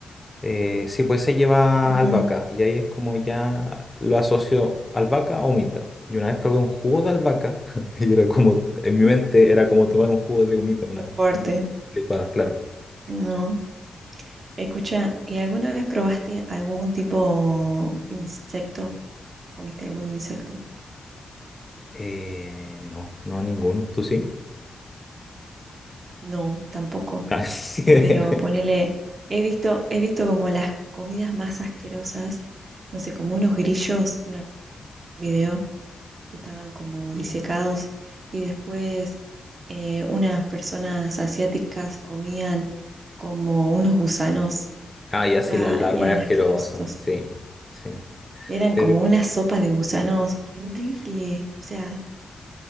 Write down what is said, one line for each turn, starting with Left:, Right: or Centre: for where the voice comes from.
Left: Eh, sí, pues se lleva
Right: Ujú.
Left: albahaca y ahí es como ya lo asocio albahaca a humita. Y una vez probé un jugo de albahaca <laughs> y era como, en
Right: Muy
Left: mi mente era como tomar un jugo de humita, una
Right: fuerte.
Left: humita licuada, claro.
Right: No. Escucha, ¿y alguna vez probaste algún tipo insecto? ¿Comiste algún insecto?
Left: Eh, no, no ninguno, ¿tú sí?
Right: No, tampoco.
Left: <laughs> Ah, sí. <laughs>
Right: Pero ponele, he visto, he visto como las comidas más asquerosas, no sé, como unos grillos, un video que estaban como disecados y después eh, unas personas asiáticas comían como unos gusanos,
Left: Ah, ya sí,
Right: ay,
Left: las larvas
Right: eran
Left: es asqueroso,
Right: asquerosos,
Left: sí, sí.
Right: eran
Left: Pero,
Right: como una sopa de gusanos horrible, o sea,